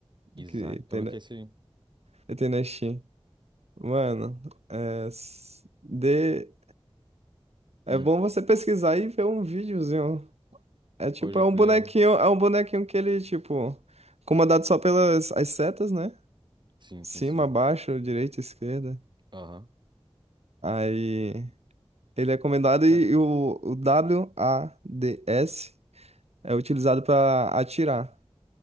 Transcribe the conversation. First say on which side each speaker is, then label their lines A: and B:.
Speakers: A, on the right; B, on the right.
A: Isaac.
B: que tem
A: Como é
B: na,
A: que é esse?
B: que tem na Steam. Mano, é, s- de, é
A: Hum,
B: bom você pesquisar e ver um videozinho. É tipo,
A: pode
B: é um
A: crer.
B: bonequinho, é um bonequinho que ele, tipo, comandado só pelas as setas, né?
A: Sim,
B: Cima,
A: sim, sim.
B: baixo, direita, esquerda.
A: Aham.
B: Aí ele é comandado e,
A: Cara,
B: e o, o W A D s é utilizado para atirar.